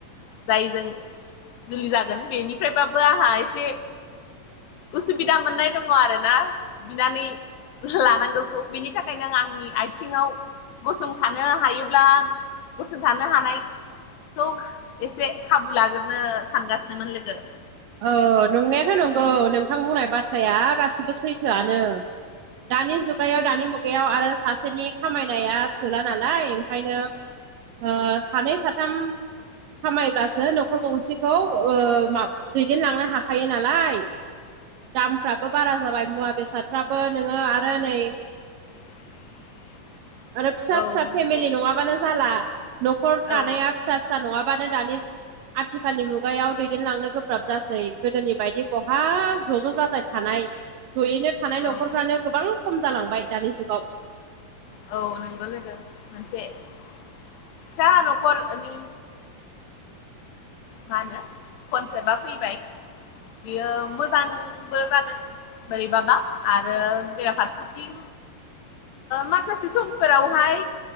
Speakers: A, on the left; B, on the right.
A: जायजों जुलि जागोन बेनिफ्रायबाबो आंहा एसे उसुबिदा मोननाय दङ आरोना बिनानै लानांगौखौ बिनि थाखायनो आं आंनि आथिङाव गसंथानो हायोब्ला गसंथानो हानाय खौ एसे खाबु लाग्रोनो सानगासिनोमोन लोगो
B: औ नंनायाथ नंगौ नोंथां बुंनाय बाथ्राया गासिबो सैथोआनो दानि जुगायाव दानि मुगायाव आरो सासेनि खामायनाया थोला नालाय ओंखायनो ओ सानै साथाम खामायब्लासो न'खर गंसेखौ ओ मा दैदेनलांनो हाखायो नालाय दामफ्राबो बारा जाबाय मुवा बेसादफ्राबो नोङो आरो नै
A: <inaudible>
B: आरो फिसा
A: औ
B: फिसा
A: नंगौ
B: फेमिलि नङाबानो जाला न'खर
A: औ
B: दानाया फिसा फिसा नङाबानो दानि आथिखालनि मुगायाव दैदेनलांनो गो ब्राब जासै गोदोनि बायदि बहाहा ज' ज' जाजायख जयैनो थानाय
A: औ
B: न'खरफ्रानो गोबां खम जालांबाय दानि जुगाव
A: औ नंगौ लोगो मोनसे फिसा न'खरनि मा होनो कनसेबा फैबाय बियो मोजांबो जादों बोरैबाबा आरो बेराफारसेथिं माखासे समफोरावहाय